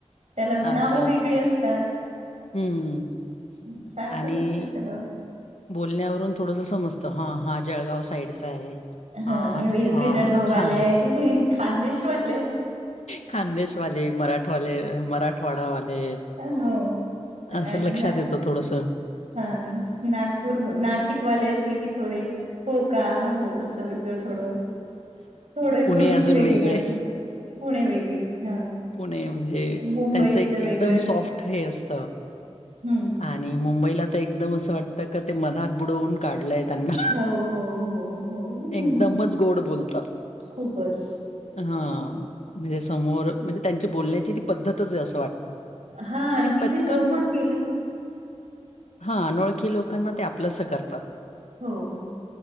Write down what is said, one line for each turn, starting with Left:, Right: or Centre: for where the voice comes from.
Right: त्याला नावं
Left: असं.
Right: वेगळी असतात.
Left: हं.
Right: सारखंच
Left: आणि
Right: असते सगळं.
Left: बोलण्यावरून थोडस समजतं, हा हा जळगाव साईडचा आहे.
Right: हा
Left: हां,
Right: हे वि
Left: हां,
Right: विदर्भवाले,
Left: हां.
Right: खानदेशवाले.
Left: खानदेशवाले, मराठवाले मराठवाडावाले.
Right: हो
Left: असं
Right: आणि
Left: लक्षात
Right: नाही
Left: येतो थोडस.
Right: हा नागपूर, नाशिकवाले असले की थोडे हो का हो, असं वेगळं थोडं थोड
Left: पुणे
Right: थोडीशी
Left: अजून
Right: वेगळी
Left: वेगळे.
Right: भाषा पुणे वेगळी हा
Left: पुणे म्हणजे,
Right: मुंबईतलं
Left: त्यांचं एक
Right: वेगळंच
Left: एकदम सॉफ्ट हे असतं
Right: हम्म.
Left: आणि मुंबईला तर एकदम असं वाटतं का ते मधात बुडवून काढलय त्यांना.
Right: हो हो हो हो
Left: एकदमच गोड बोलतात.
Right: खूपच
Left: हा म्हणजे समोर, म्हणजे त्यांची बोलण्याची ती पद्धतच आहे असं वाट
Right: हा
Left: आणि
Right: तिथे
Left: पटकन
Right: जो पण गेला
Left: हा, अनोळखी लोकांना ते आपलंस करतात.
Right: हो हो.